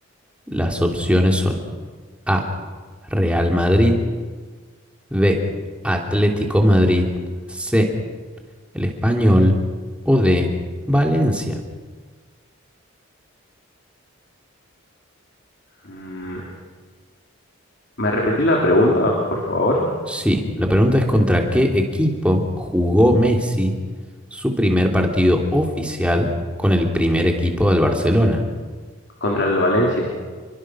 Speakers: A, in the centre; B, on the left.
A: Las opciones son A, Real Madrid, B, Atlético Madrid, C, el Español o D, Valencia.
B: Mm, ¿me repetí la pregunta, por favor?
A: Sí, la pregunta es contra qué equipo jugó Messi su primer partido oficial con el primer equipo del Barcelona.
B: Contra el Valencia.